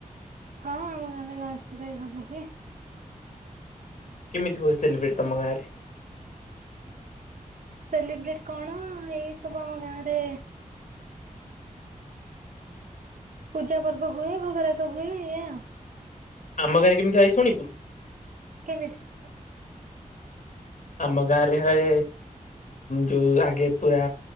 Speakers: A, on the right (about 70°); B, on the left (about 65°).
A: ହଁ ଆମ ଗାଁରେ ଗଣେଷ ପୂଜା ବି ଭଲ ହୁଏ।
B: କେମିତି ହୁଏ ସେଲିବ୍ରେଟ୍ ତମ ଗାରେ
A: ସେଲିବ୍ରେଟ କଣ ଏଇ ସବୁ ଆମ ଗାଁ ରେ ପୂଜା ପର୍ବ ହୁଏ ଭୋଗରାଗ ହୁଏ ଏୟା ଉ
B: ଆମ ଗାଁ ରେ କେତିଇ ଶୁଣିବୁ
A: କେମିତି
B: ଆମ ଗାଁରେ ହଏ ଯୋଉ ଆଗେ ପୁରା